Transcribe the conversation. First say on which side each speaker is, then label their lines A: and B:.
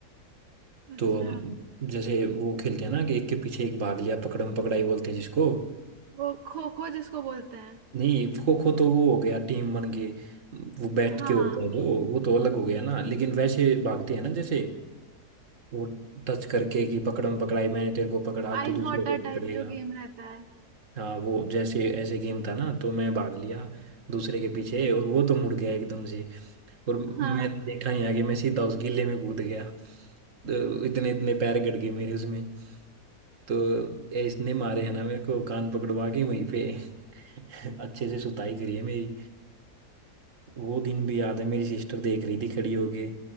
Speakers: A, on the right; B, on the right.
A: अच्छा
B: तो हम जैसे वो खेलते हैं ना कि एक के पीछे एक भाग लिया पकड़म पकड़ाई बोलते हैं जिसको
A: वो खो खो जिसको बोलते हैं
B: नहीं खो खो तो वो हो गया टीम बन के वो बैठ
A: हाँ
B: के होता है जो वो तो अलग हो गया ना लेकिन वैसे भागते हैं ना जैसे वो टच करके कि पकड़म पकड़ाई मैंने तेरे को पकड़ा अब
A: आइस
B: तो दूसरे
A: वाटर
B: को
A: टाइप
B: पकड़ेगा
A: जो गेम रहता है
B: हाँ वो जैसे ऐसे गेम था ना तो मैं भाग लिया दूसरे के पीछे और वो तो मुड़ गया एकदम से और मैंने
A: हाँ
B: देखा नहीं आगे मैं सीधा उस गिल्ले में कूद गया तो इतने इतने पैर गड़ गए मेरे उसमें तो ये इसने मारे है ना मेरे को कान पकड़वा के वहीं पे <laughs> अच्छे से सुताई करी है मेरी वो दिन भी याद है मेरी सिस्टर देख रही थी खड़ी होके